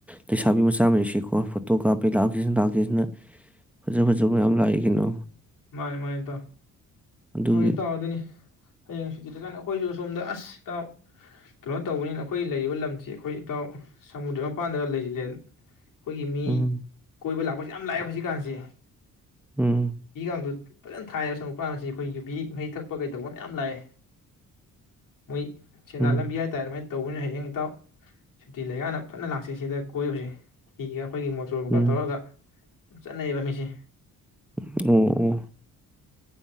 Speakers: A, in the centre; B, on the left.
A: ꯂꯩꯁꯥꯕꯤ ꯃꯆꯥ ꯃꯔꯤꯁꯤꯀꯣ ꯐꯣꯇꯣ ꯀꯥꯞꯄꯤ ꯂꯥꯛꯀꯁꯤꯅ ꯂꯥꯛꯀꯁꯤꯅ ꯐꯖ ꯐꯖꯕ ꯃꯌꯥꯝ ꯂꯥꯛꯏ ꯀꯩꯅꯣ꯫
B: ꯃꯥꯅꯤ ꯃꯥꯅꯤ ꯏꯇꯥꯎ
A: ꯑꯗꯨꯒꯤ
B: ꯍꯧꯏ ꯏꯇꯥꯎ ꯑꯗꯨꯏꯅꯤ꯫ ꯍꯌꯦꯡ ꯁꯨꯇꯤ ꯂꯩ ꯀꯥꯏꯅ ꯑꯩꯈꯣꯏꯁꯨ ꯁꯣꯝꯗ ꯑꯁ ꯏꯇꯥꯎ ꯀꯩꯅꯣ ꯇꯧꯕꯅꯤꯅ ꯑꯩꯈꯣꯏ ꯂꯩꯔꯤꯕ ꯂꯝꯁꯤ ꯑꯩꯈꯣꯏ ꯏꯇꯥꯎ ꯁꯃꯨꯗ꯭ꯔ ꯃꯄꯥꯟꯗꯒ ꯂꯩꯁꯤꯜꯂꯦ꯫ ꯑꯩꯈꯣꯏꯒꯤ ꯃꯤ
A: ꯎꯝ
B: ꯀꯣꯏꯕ ꯂꯥꯛꯄ ꯌꯥꯝ ꯂꯥꯛꯑꯦ ꯍꯧꯖꯤꯛꯀꯥꯟꯁꯦ
A: ꯎꯝ
B: ꯁꯪ ꯐꯖꯅ ꯊꯥꯏꯌꯦꯕ ꯑꯣꯔꯣꯛ ꯃꯄꯥꯜꯒꯁꯦ ꯑꯩꯈꯣꯏ ꯌꯨꯕꯤ ꯃꯍꯤ ꯊꯛꯄ ꯀꯩꯗꯧꯕ ꯃꯌꯥꯝ ꯂꯥꯛꯑꯦ ꯃꯣꯏ ꯁꯦꯟꯗꯥ
A: ꯎꯝ
B: ꯂꯝꯕꯤ ꯍꯥꯏꯇꯥꯔꯦ ꯑꯗꯨꯃꯥꯏꯅ ꯇꯧꯕꯅꯤꯅ ꯏꯇꯥꯎ ꯁꯨꯇꯤ ꯂꯩꯒꯥꯟꯗ ꯐꯖꯅ ꯂꯥꯛꯁꯦ ꯁꯤꯗ ꯀꯣꯏꯕꯁꯦ ꯍꯤꯒ ꯑꯩꯈꯣꯏꯒꯤ ꯃꯣꯇꯣꯔꯕꯣꯠ
A: ꯎꯝ
B: ꯀꯥꯇꯧꯔꯒ ꯆꯠꯅꯩꯌꯦꯕ ꯃꯤꯁꯦ
A: ꯑꯣ ꯑꯣ